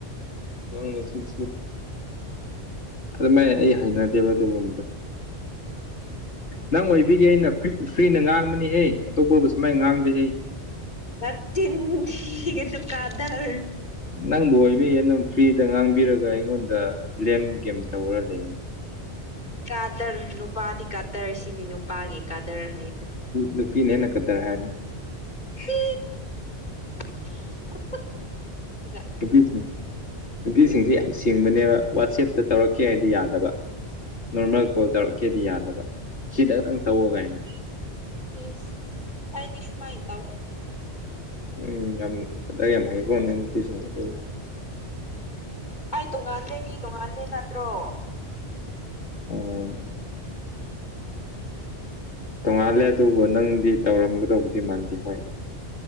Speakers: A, on the left; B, on the left.
A: ꯅꯪ ꯅꯆꯤꯟ ꯊꯤ ꯑꯗꯨꯃꯥꯏ ꯑꯩ ꯍꯩꯅꯗꯦꯕ ꯑꯗꯨꯒꯨꯝꯕꯗ ꯅꯪ ꯑꯣꯏꯕꯤꯒꯤ ꯑꯩꯅ ꯐ꯭ꯔꯤꯅ ꯉꯥꯡꯕꯅꯤꯍꯦ ꯑꯇꯣꯞꯄꯕꯨ ꯁꯨꯃꯥꯏꯅ ꯉꯥꯡꯗꯦꯍꯦ
B: ꯅꯆꯤꯟ ꯊꯤꯒꯅꯨ ꯀꯗꯔ
A: ꯅꯪꯕꯨ ꯑꯣꯏꯕꯒꯤ ꯑꯗꯨꯝ ꯐ꯭ꯔꯤꯗ ꯉꯥꯡꯕꯤꯔꯒ ꯑꯩꯉꯣꯟꯗ ꯂꯦꯝ ꯒꯦꯝ ꯇꯧꯔ ꯂꯩꯅꯦ
B: ꯀꯥꯗꯔ ꯅꯨꯄꯥꯗꯤ ꯀꯥꯗꯔ ꯁꯤꯅꯤ ꯅꯨꯄꯥꯒꯤ ꯀꯥꯗꯔ ꯍꯥꯏꯕ
A: ꯅꯨꯨꯄꯤꯅ ꯍꯦꯟꯅ ꯀꯗꯔ ꯍꯩꯝꯅꯤ <unintelligible>
B: <unintelligible>
A: ꯅꯨꯄꯤꯁꯤꯡ ꯅꯨꯄꯤꯁꯤꯡꯁꯦ ꯌꯥꯝ ꯁꯤꯡꯕꯅꯦꯕ ꯋꯥꯆꯦꯞꯇ ꯇꯧꯔꯛꯀꯦ ꯍꯥꯏꯗꯤ ꯌꯥꯗꯕ ꯅꯣꯔꯃꯦꯜ ꯀꯣꯜ ꯇꯧꯔꯛꯀꯦꯗꯤ ꯌꯥꯗꯕ ꯁꯤꯗꯇꯪ ꯇꯧꯋꯣ ꯒꯥꯏꯅ
B: ꯏꯁ ꯑꯩꯗꯤ ꯁꯨꯨꯝꯃꯥꯏꯟ ꯇꯧꯗꯦ
A: ꯎꯝ ꯌꯥꯝ ꯀꯗꯔ ꯌꯥꯝ ꯍꯩꯀꯣ ꯅꯪꯏ ꯅꯨꯄꯤꯁꯤꯡ <unintelligible>
B: ꯑꯩ ꯇꯣꯡꯉꯥꯜꯂꯦ ꯃꯤ ꯇꫭꯡꯉꯥꯜꯂꯦ ꯅꯠꯇ꯭ꯔꯣ
A: ꯑꯣ ꯇꯣꯡꯉꯥꯜꯂꯦ ꯑꯗꯨꯕꯨ ꯅꯪꯗꯤ ꯇꯧꯔꯝꯒꯗꯧꯕꯗꯤ ꯃꯥꯟꯗꯦ ꯍꯣꯏ